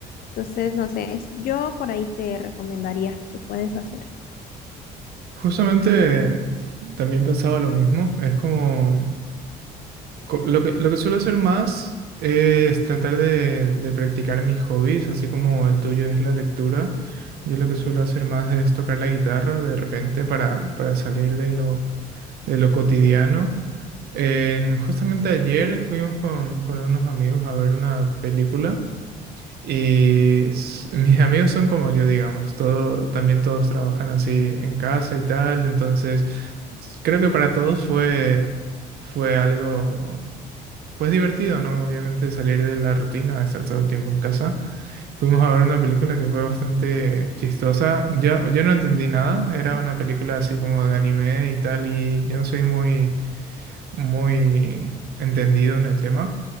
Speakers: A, on the left; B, on the right.
A: Entonces, no sé, es- yo por ahí te recomendaría que puedes hacer.
B: Justamente también pensaba lo mismo, es como... Co- Lo que, lo que suelo hacer más es tratar de, de practicar mis hobbies, así como el tuyo es la lectura. Yo lo que suelo hacer más es tocar la guitarra de repente para, para salir de lo, de lo cotidiano. En- justamente ayer fuimos con, con unos amigos a ver una película y s- <laughs> mis amigos son como yo, digamos, todo, también todos trabajan así en casa y tal, entonces s- creo que para todos fue, fue algo. Pues divertido, ¿no? Obviamente salir de la rutina de estar todo el tiempo en casa. Fuimos a ver una película que fue bastante chistosa. Yo, yo no entendí nada, era una película así como de anime y tal, y yo no soy muy muy entendido en el tema.